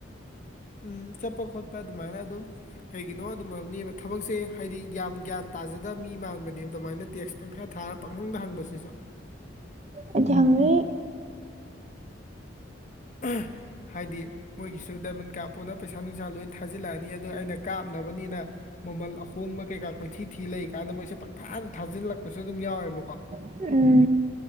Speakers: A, on the left (about 40°); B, on the right (about 35°).
A: ꯎꯝ ꯆꯠꯄ ꯈꯣꯠꯄ ꯑꯗꯨꯃꯥꯏꯅ ꯑꯗꯨꯝ ꯀꯩꯒꯤꯅꯣ ꯝꯕ ꯊꯕꯛꯁꯦ ꯍꯥꯏꯗꯤ ꯒ ꯒ꯭ꯌꯥꯟ ꯇꯥꯖꯗꯕ ꯃꯤ ꯃꯥꯟꯕ ꯑ ꯑꯗꯨꯃꯥꯏꯅ ꯇꯦꯛꯁ ꯄꯪꯈꯥ ꯊꯥꯔ ꯄꯪꯈꯪꯗ ꯍꯪꯕꯁꯤꯁꯨ
B: ꯑꯩꯗꯤ ꯍꯪꯔꯤ
A: <unintelligible> ꯍꯥꯏꯗꯤ ꯃꯣꯏꯒꯤꯁꯨ ꯗꯥꯏꯃꯟ ꯀꯥꯞꯄꯣꯅ ꯄꯩꯁꯥ ꯅꯨꯡꯁꯥ ꯂꯣꯏ ꯊꯥꯖꯤꯜꯂꯛꯑꯅꯤ ꯑꯗꯨ ꯑꯩꯅ ꯀꯥꯞꯅꯕꯅꯤꯅ ꯃꯃꯜ ꯑꯍꯣꯡꯕ ꯀꯩꯀꯥ ꯀꯣꯏꯊꯤ ꯊꯤ ꯂꯩ ꯀꯥꯟꯗ ꯃꯣꯏꯁꯦ ꯄꯪꯐꯥꯅ ꯊꯥꯖꯤꯜꯂꯛꯄꯁꯨ ꯑꯗꯨꯝ ꯌꯥꯎꯋꯦꯕꯀꯣ
B: ꯎꯝ